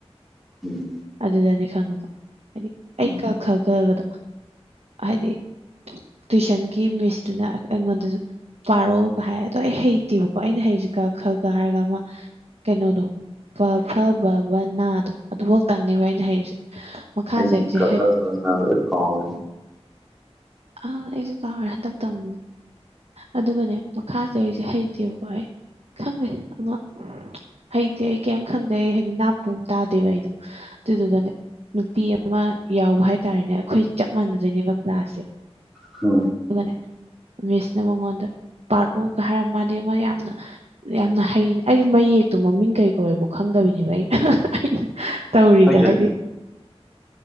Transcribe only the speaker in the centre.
ꯎꯝ
ꯎꯝ
ꯑꯩ ꯆ
ꯀꯥ ꯀ ꯀꯦ
ꯍ
ꯑꯩꯁꯨ